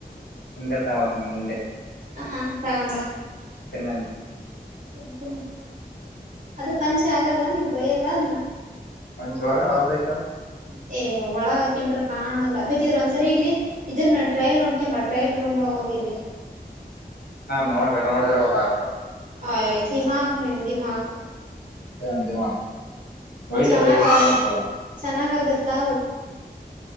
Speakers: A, on the left; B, on the right.
A: <unintelligible>
B: ಹ ತಗಂಬ
A: ತಿನ್ನ
B: ಹ್ಮ ಅದು ಪಂಚೆ ಆಗಲ್ಲ ನಿಂಗ ಗಯ್ಯಲ್ಲ ಅದನ
A: <unintelligible>
B: ಏ ಒಳಗ ಹಾಕೆಂಡ್ರಾ ಕಾಣಲ್ಲ ಬೇಕಿದ್ರ ಒಂದ್ಸರಿ ಇಲ್ಲಿ ಇದ್ರ ನ ಟ್ರಯಲ್ ನೋಡ್ಕಮ್ಮ ಟ್ರಯಲ್ ರೂಮ ಒಳ ಹೋಗ ಎಲ್ಲಿ
A: ನೋಟ ನೋಡಿದ್ರ ಗೊತ್ತಾಗುತ್ತದು
B: ಹಯ್ ದೀಮಾಕ್ ಮ ದೀಮಾಕ್
A: ಏನ್ ದೀಮಾಲ್ ವಯಟ್
B: ಚೆನ್ನಾಗ
A: ಅದ ಯ್ದ ಕಾಣುತ್ತ
B: ಆಗ ಚೆನ್ನಾಗ ಆಗತ್ತಾ